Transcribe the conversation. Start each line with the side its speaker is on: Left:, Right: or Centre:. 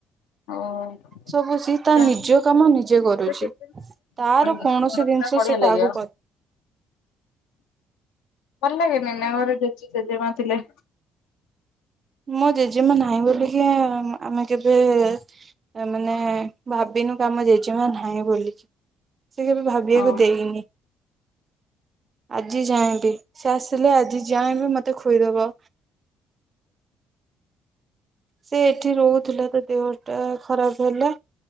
Left: ହଉ
Right: ସବୁ ସି ତା
Left: ଯାହା
Right: ନିଜ କାମ ନିଜେ କରୁଛି,
Left: ଘରେ ଜେଜେମା
Right: ତାର
Left: ବଢିଆ
Right: କୌଣସି
Left: ସେ ଘର ପୁରା
Right: ଜିନିଷ
Left: ବଢିଆ
Right: ସେ
Left: ଲାଗିବ
Right: କାହାକୁ କରେ
Left: ଭଲ ଲାଗେନି ନା ଘରେ ଜେ ଜେଜମା ଥିଲେ।
Right: ମୋ ଜେଜେମା ନାହିଁ ବୋଲିକି ଇ ଆମେ କେବେ ଏ ମାନେ ଭାବିନୁ ଆମ ଜେଜେମା ନାହିଁ ବୋଲି। ସେ କେବେ ଭାବିବାକୁ
Left: ହଁ।
Right: ଦେଇନି ଆଜି ଯାଆଙ୍କେ। ସେ ଆସିଲେ ଆଜି ଯାାଏଁ ବି ମତେ ଖୋଇଦବ। ସେ ଏଠି ରହୁଥିଲା। ଦେହଟା ଖରାପ ହେଲା